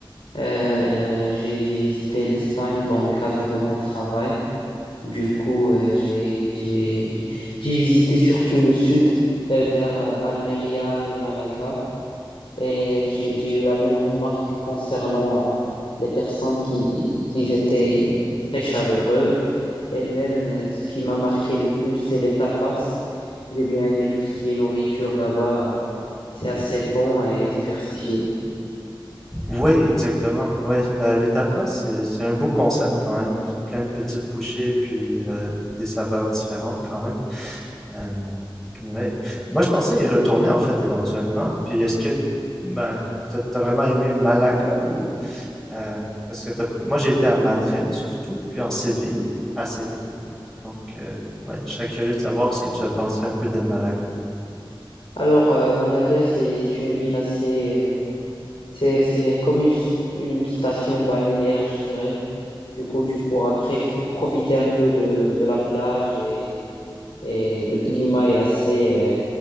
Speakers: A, on the left (about 85°); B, in the centre.
A: Euh, j'ai, j'ai visité l'Espagne dans le cadre de mon travail. Du coup, euh, j'ai, j'ai, j'ai visité surtout le sud, euh, vers euh, Almeria et Malaga. Et j'ai, j'ai eu la même remarque concernant euh, les personnes qui, qui étaient très chaleureux. Et même, euh, ce qui m'a marqué le plus, c'est les tapas. J'ai bien aimé tout ce qui est nourriture là-bas. euh, C'est assez bon et diversifié.
B: Ouais, exactement. Ouais, Euh, les tapas, c'est c'est un beau concept quand même, Pre- plein de petites bouchées puis euh, des saveurs différentes quand même. Euh, ouais. Moi, je pensais y retourner en fait éventuellement. Puis est-ce que ben, t'as t'as vraiment aimé Malaga ou euh, parce que t'as- moi j'ai été à Madrid surtout, puis en Séville, à Séville. Donc euh, ouais, je serais curieux de savoir ce que tu as pensé un peu de Malaga.
A: Alors, euh, Malaga, c'est, c'est une ville assez... euh, c'est, c'est comme une, s- une station balnéaire, je dirais. Du coup, tu pourras pré- profiter un peu de, de la plage et, et le climat est assez,